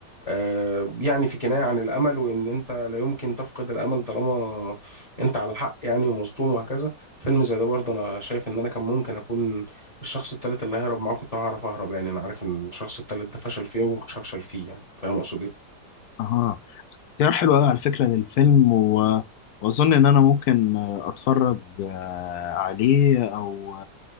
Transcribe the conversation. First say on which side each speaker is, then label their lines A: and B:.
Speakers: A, on the left; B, on the left.
A: آه، يعني في كناية عن الأمل وإن أنت لا يمكن تفقد الأمل طالما أنت على الحق يعني ومظلوم وهكذا فيلم زي ده برضه أنا شايف إن أنا كان ممكن أكون الشخص التالت اللي هيهرب معاه كنت هعرف أهرب يعني أنا عارف إن الشخص التالت ده فشل فيه وما كنتش هفشل فيه يعني فاهم أقصد إيه
B: اها اختيار حلو قوي على فكرة للفيلم و... واظن ان انا ممكن آه، اتفرج آه، عليه او